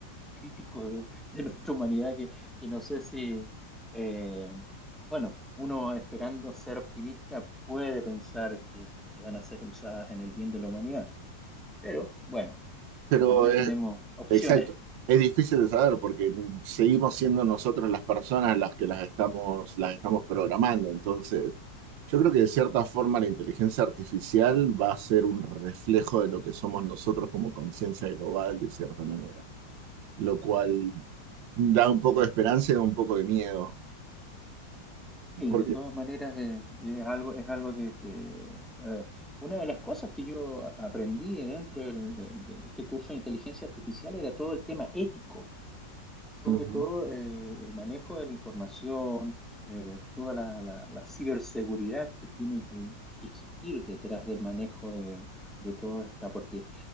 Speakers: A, in the centre; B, on the right.
A: críticos de, de <laughs> nuestra humanidad que, que no sé si, eh, bueno, uno esperando ser optimista puede pensar que, que van a ser usadas en el bien de la humanidad, pero bueno,
B: Pero
A: también
B: eh,
A: tenemos opciones.
B: Exacto.
A: <laughs>
B: Es difícil de saber porque seguimos siendo nosotros las personas las que las estamos, las estamos programando. Entonces, yo creo que de cierta forma la inteligencia artificial va a ser un reflejo de lo que somos nosotros como conciencia global, de cierta manera. Lo cual da un poco de esperanza y da un poco de miedo.
A: Y
B: Porque,
A: de todas maneras eh, es algo, es algo que, que, eh, una de las cosas que yo a- aprendí dentro del- de, de- de este curso de inteligencia artificial era todo el tema ético. Sobre
B: Ujú.
A: todo eh, el manejo de la información, eh, toda la, la- la ciberseguridad que tiene que, que existir detrás del manejo de, de todo esta, porque